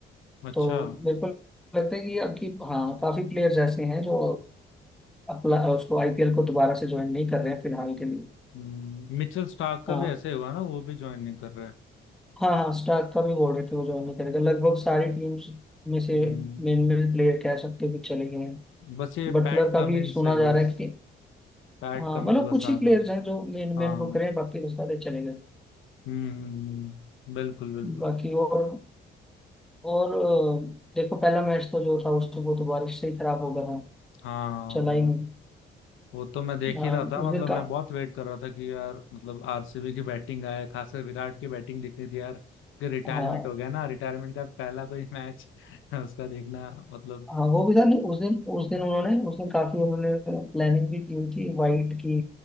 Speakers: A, on the left; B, in the centre.
A: हम्म। अच्छा
B: तो मेरे को लगता है कि अब की हाँ काफी प्लेयर्स ऐसे हैं जो अपना उसको आईपीएल को दोबारा से ज्वाइन नहीं कर रहे हैं फिलहाल के लिए
A: हम्म, मिचेल स्टार्क का
B: हाँ
A: भी ऐसे ही हुआ ना वो भी ज्वाइन नहीं कर रहे
B: हाँ हाँ स्टार्क का भी बोल रहे थे वो ज्वाइन नहीं करेगा लगभग सारी टीम्स में से
A: हम्म,
B: मेन मेन प्लेयर कह सकते हो कि चले गए हैं
A: बस ये
B: बटलर
A: पैट
B: का
A: कमिंस
B: भी सुना
A: है
B: जा
A: बस
B: रहा है कि
A: पैट
B: हाँ
A: कमिंस
B: मतलब
A: बस
B: कुछ
A: आ
B: ही प्लेयर्स
A: गया
B: हैं जो मेन
A: हाँ
B: मेन को
A: हम्म
B: करें बाकी तो सारे चले गए
A: हम्म, हम्म, बिल्कुल बिल्कुल
B: बाकी और और अ, देखो पहला मैच तो जो था उससे वो तो बारिश से ही खराब हो गया था
A: हाँ
B: चला
A: यार
B: ही नहीं
A: वो तो मैं देख
B: अ, उस
A: ही रहा था मतलब
B: दिन
A: मैं
B: का
A: बहुत वेट कर रहा था कि यार मतलब आरसीबी की बैटिंग आए खासकर विराट की बैटिंग देखनी थी यार कि रिटायरमेंट
B: हाँ
A: हो गया ना रिटायरमेंट का पहला कोई मैच <laughs> उसका देखना मतलब
B: हाँ वो भी था नहीं उस दिन उस दिन उन्होंने उस दिन काफी उन्होंने प्लानिंग भी की उनकी वाइट की